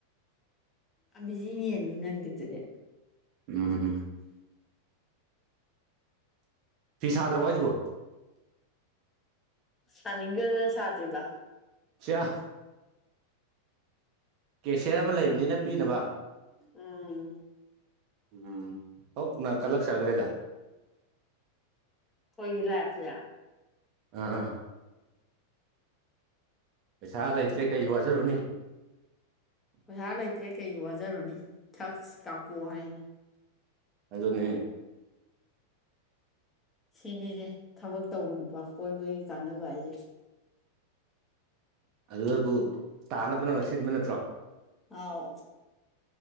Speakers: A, on the left (about 15°); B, on the right (about 40°).
A: ꯑꯕꯤꯖꯤꯅꯦꯅ ꯅꯪꯗꯤꯗꯨꯗꯤ
B: ꯎꯝ ꯐꯤꯤꯁꯗ꯭ꯔ ꯋꯥꯖꯕꯣ
A: ꯆ ꯍꯦ ꯁꯥꯇ꯭ꯔꯤꯕ
B: ꯆ ꯀꯦꯁꯤꯌꯔ ꯑꯃ ꯂꯩꯕꯅꯤꯅ ꯄꯤꯅꯕ
A: ꯎꯝ
B: ꯎꯝ ꯍꯧ ꯅꯪ ꯀꯂꯛ ꯁꯒ꯭ꯔꯦꯗ
A: ꯒꯤ ꯂꯇꯖ
B: ꯑ ꯄꯩꯁꯥ ꯂꯩꯇ꯭ꯔꯦ ꯀꯩ ꯋꯥꯖꯔꯨꯅꯤ
A: ꯄꯩꯁꯥ ꯂꯩꯇ꯭ꯔꯦ ꯀꯩ ꯋꯥꯖꯔꯣꯅꯤ ꯊꯛ ꯀꯥꯞꯄꯣꯛꯑꯣ ꯍꯥꯏꯅꯤ
B: ꯑꯗꯨꯗꯣꯅꯤ
A: ꯁꯤꯅꯤꯅꯦ ꯊꯕꯛ ꯇꯧꯕ ꯅꯨꯄꯥ ꯀꯣꯏꯕꯒꯤ ꯀꯥꯟꯅꯕ ꯍꯥꯏꯁꯦ
B: ꯑꯗꯨꯕꯨ ꯇꯥꯅꯕ ꯄꯨꯅꯃꯛ ꯁꯤꯟꯕ ꯅꯠꯇ꯭ꯔꯣ
A: ꯑꯥꯎ